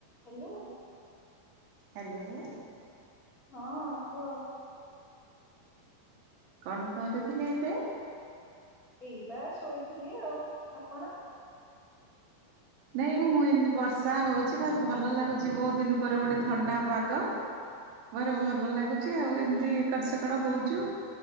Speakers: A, on the left; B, on the right.
A: ହ୍ୟାଲୋ।
B: ହ୍ୟାଲୋ।
A: ହଁ କୁହ।
B: କଣ କରୁଥିଲେ ଏବେ?
A: ଏଇ ବା ଶୋଇଥିଲି ଆଉ ଆପଣ?
B: ନାଇଁ ମୁଁ ଏମିତି ବର୍ଷା ହଉଛି ଭାରି ଭଲ ଲାଗୁଛି ବହୁତ ଦିନ ପରେ ଗୋଟେ ଥଣ୍ଡା ପାଗ ଭାରି ଭଲ ଲାଗୁଛି ଆଉ ଏମିତି ଏକଡ଼ ସେକଡ଼ ହଉଚୁ।